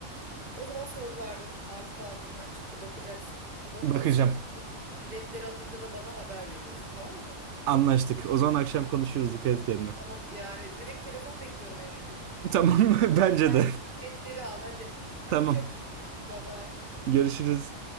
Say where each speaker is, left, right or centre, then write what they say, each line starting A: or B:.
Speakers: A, on the right; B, on the right.
A: O zaman söz verdin. Artık ağzından çıktı bakacaksın. Bakıyorsun
B: Bakacağım.
A: Biletleri alınca da bana haber veriyorsun tamam mı?
B: Anlaştık. O zaman akşam konuşuruz. Dikkat et kendine.
A: Tamam yani direkt telefon bekliyorum Emreciğim.
B: <laughs> Tamam. mı? Bence
A: Sen
B: de.
A: git biletleri al hadi. Hadi
B: <laughs> Tamam.
A: çabuk görüşürüz bye bye.
B: Görüşürüz.